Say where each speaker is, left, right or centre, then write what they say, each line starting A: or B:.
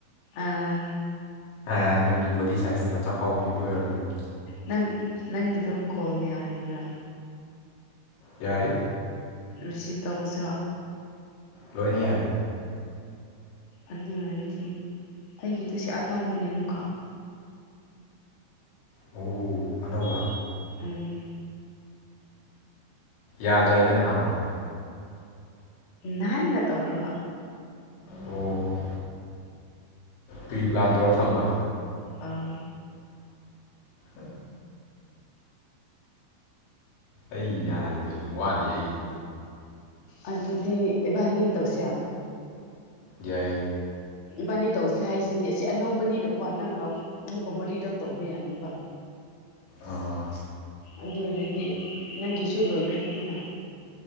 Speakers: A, on the left; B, on the left.
A: ꯑꯥ
B: ꯑꯥ ꯅꯪꯒꯤ ꯕꯣꯗꯤ ꯁꯥꯏꯖꯇꯨꯅ ꯆꯈꯥꯎ ꯄꯤꯛꯄ ꯑꯣꯏꯔꯝꯃꯅꯤ
A: ꯅꯪ ꯅꯪꯒꯤꯗꯣ ꯀꯣꯜ ꯌꯥꯔꯤꯕ꯭ꯔꯥ
B: ꯌꯥꯔꯤ
A: ꯔꯤꯁꯤꯞ ꯇꯧꯕꯁꯨ
B: ꯂꯣꯏꯅ ꯌꯥꯔꯤ
A: ꯑꯗꯨ ꯑꫭꯏꯔꯗꯤ ꯑꯩꯒꯤꯗꯨꯁꯨ ꯑꯅꯧꯕꯅꯦ ꯑꯃꯨꯛꯀ
B: ꯑꯣ ꯑꯅꯧꯕ
A: ꯑꯥ
B: ꯌꯥꯗ꯭ꯔꯦ ꯍꯥꯏꯗꯅ ꯍꯥꯡꯕ
A: ꯅꯥꯍꯟꯅ ꯇꯧꯈ꯭ꯔꯕ
B: ꯑꯣ ꯄ꯭ꯔꯤꯄ꯭ꯂꯥꯟ ꯇꯧꯔ ꯊꯝꯕ
A: ꯑꯥ
B: ꯍ ꯑꯩ ꯌꯥꯔꯤꯗ ꯋꯥꯠꯂꯤ ꯑꯩꯒꯤꯗꯤ
A: ꯑꯗꯨꯗꯤ ꯏꯕꯥꯅꯤ ꯇꯧꯁꯦ
B: ꯌꯥꯏ
A: ꯏꯕꯥꯅꯤ ꯇꯧꯁꯦ ꯍꯥꯏꯁꯤꯗꯤ ꯑꯁꯤ ꯑꯅꯧꯕꯅꯤꯅꯀꯣ ꯅꯪꯅ ꯑꯃꯨꯛꯀ ꯃꯔꯤꯔꯛ ꯇꯧꯕ ꯌꯥꯅꯤꯕ <inaudible>
B: ꯑꯥ
A: ꯑꯗꯨꯗꯤ ꯅꯪꯒꯤꯁꯨ ꯂꯣꯏꯈ꯭ꯔꯅꯤꯅ